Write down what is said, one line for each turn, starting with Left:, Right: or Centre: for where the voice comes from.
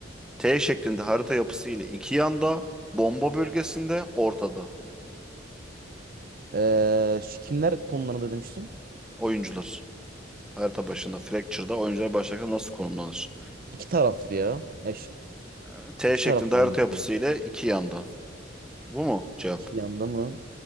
Centre: T şeklinde harita yapısı ile iki yanda, bomba bölgesinde, ortada.
Right: Ee, şu kimler konularında demiştin?
Centre: Oyuncular. Harita başında Fracture'da oyuncular başlangıçta nasıl konumlanır?
Right: İki taraflı ya. ya şu-
Centre: Ee, T
Right: iki
Centre: şeklinde
Right: taraflı
Centre: harita
Right: olması
Centre: yapısı
Right: lazım.
Centre: ile iki yanda. Bu mu cevap?
Right: İki yanda mı?